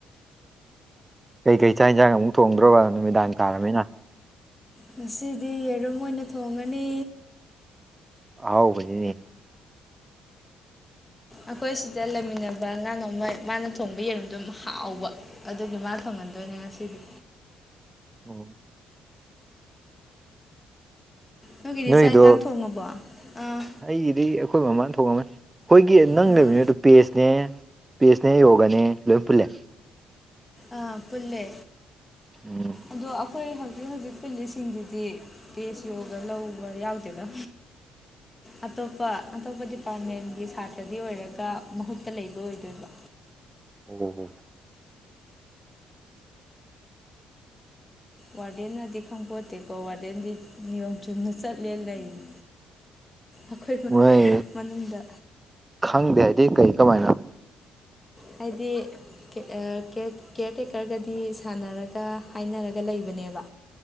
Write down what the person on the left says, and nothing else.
ꯉꯁꯤꯗꯤ ꯌꯦꯔꯨꯝ ꯑꯣꯏꯅ ꯊꯣꯡꯉꯅꯤ
ꯑꯈꯣꯏ ꯁꯤꯗ ꯂꯩꯃꯤꯟꯅꯕ ꯑꯉꯥꯡ ꯑꯃ ꯃꯥꯅ ꯊꯣꯡꯕ ꯌꯦꯔꯨꯝꯗꯨꯝ ꯍꯥꯎꯕ ꯑꯗꯨꯒꯤ ꯃꯥ ꯊꯪꯍꯟꯗꯣꯏꯅꯦ ꯉꯁꯤꯗꯤ
ꯅꯣꯏꯒꯤꯗꯤ
ꯆꯥꯛ ꯌꯦꯟꯁꯥꯡ ꯊꯣꯡꯉꯕꯣ ꯑꯥ
ꯑꯥ
ꯑꯥ ꯄꯨꯜꯂꯦ
ꯑꯗꯨ ꯑꯈꯣꯏ ꯍꯧꯖꯤꯛ ꯍꯧꯖꯤꯛ ꯄꯨꯜꯂꯤꯁꯤꯡꯁꯤꯗꯤ ꯀꯦꯁ ꯌꯣꯒ ꯂꯧꯕ ꯌꯥꯎꯗꯦꯗ ꯑꯇꯣꯞꯄ ꯑꯇꯣꯞꯄ ꯗꯤꯄꯥꯔꯠꯃꯦꯟꯒꯤ ꯁꯥꯇ꯭ꯔꯗꯤ ꯑꯣꯏꯔꯒ ꯃꯍꯨꯠꯇ ꯂꯩꯕ ꯑꯣꯏꯗꯣꯏꯕ
ꯋꯥꯔꯗꯦꯟꯅꯗꯤ ꯈꯪꯄꯣꯠꯇꯦꯀꯣ ꯋꯥꯔꯗꯦꯟꯗꯤ ꯅꯤꯌꯣꯝ ꯆꯨꯝꯅ ꯆꯠꯂꯦ ꯂꯩꯅꯤ ꯑꯈꯣꯏ
ꯃꯅꯨꯡꯗ
ꯍꯥꯏꯗꯤ ꯑꯥ ꯀꯦ ꯀꯦꯌꯔ ꯇꯦꯀꯔꯒꯗꯤ ꯁꯥꯟꯅꯔꯒ ꯍꯥꯏꯅꯔꯒ ꯂꯩꯕꯅꯦꯕ